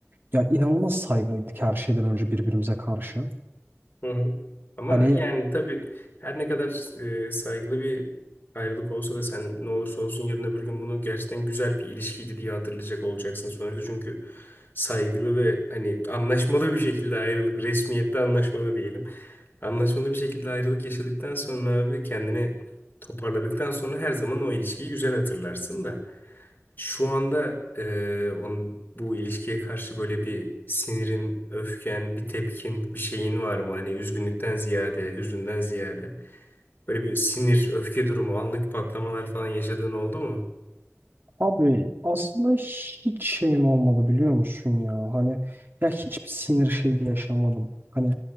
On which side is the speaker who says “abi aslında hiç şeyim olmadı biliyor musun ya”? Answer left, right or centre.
Right